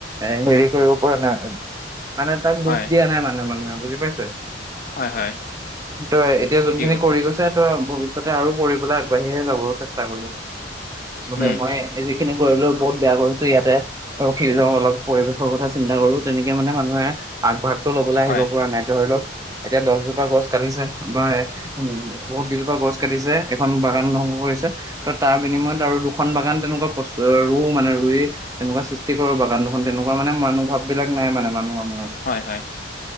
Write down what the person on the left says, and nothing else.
হয়
হয় হয়
ঠিকে
কৈছে
উম
হয়
হয় হয়।